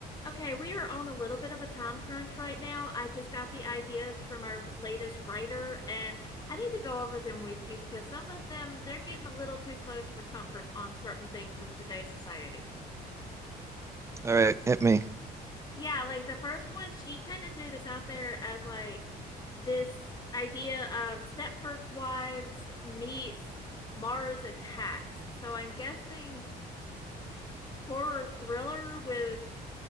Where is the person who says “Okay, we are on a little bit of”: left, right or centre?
Left